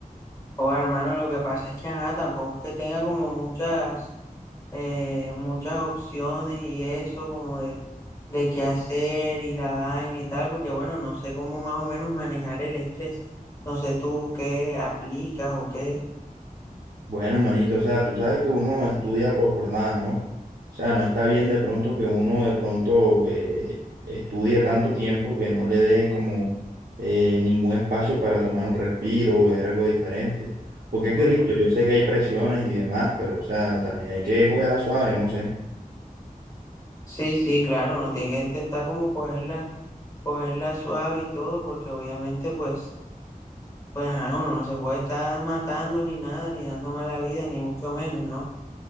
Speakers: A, on the left; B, on the right.
A: o, hermano, lo que pasa es que, ajá, tampoco es que tenga como muchas, eh, muchas opciones y eso, como de, de qué hacer y la vaina y tal, porque bueno, no sé cómo más o menos manejar el estrés. No sé tú qué aplicas o qué.
B: Bueno, manito, o sea, tú sabes que uno estudia por jornadas, ¿no? O sea, no está bien de pronto que uno de pronto eh, estudie tanto tiempo que no le dé como eh, ningún espacio para tomar un respiro o ver algo diferente. Porque es que
A: Ujú.
B: listo, yo sé que hay presiones y demás, pero o sea, también hay que cogerla suave, no sé.
A: Sí, sí, claro, uno tiene que intentar como cogerla, cogerla suave y todo, porque obviamente, pues. Pues ajá, uno no se puede estar matando ni nada, ni dando mala vida, ni mucho menos, ¿no?